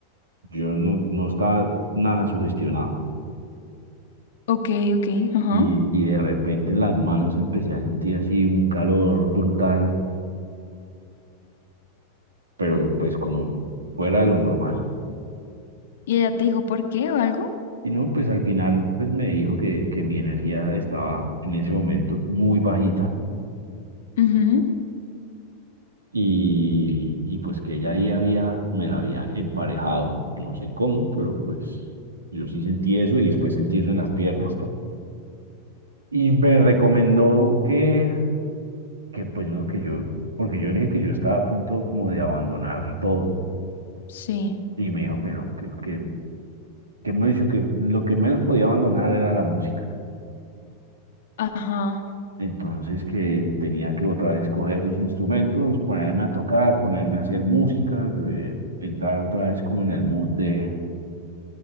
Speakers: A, on the right; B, on the left.
A: Yo no, no estaba nada sugestionado.
B: Ok, ok, ajá.
A: Y, y de repente en las manos empecé a sentir así un calor brutal, pero pues como fuera de lo normal.
B: ¿Y ella te dijo por qué o algo?
A: Y no, pues al final pues me dijo que, que mi energía estaba en ese momento muy bajita
B: Ujú.
A: y, y pues que ella ahí había, me la había emparejado, no sé cómo, pero pues yo sí sentí eso y después sentí eso en las piernas. Y me recomendó que que pues no, que yo, porque yo le dije que yo estaba a punto como de abandonar todo
B: Sí.
A: y me dijo que no, que, que, que me dijo que lo que menos podía abandonar era la música.
B: Ajá.
A: Entonces que tenía que otra vez coger los instrumentos, ponerme a tocar, ponerme a hacer música, eh, entrar otra vez como en el mood de,